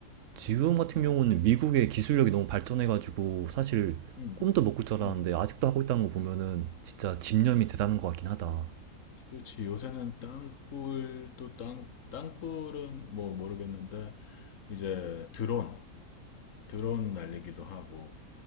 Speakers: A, on the right; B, on the left.
A: 지금 같은
B: 아,
A: 경우는 미국의 기술력이
B: 음,
A: 너무 발전해가지고 사실
B: 음,
A: 꿈도 못 꿀 줄 알았는데
B: 음,
A: 아직도 하고 있다는 거 보면은 진짜 집념이
B: 음.
A: 대단한 것 같긴 하다.
B: 그렇지. 요새는 땅굴도 땅, 땅굴은 뭐 모르겠는데, 이제 드론, 드론 날리기도 하고,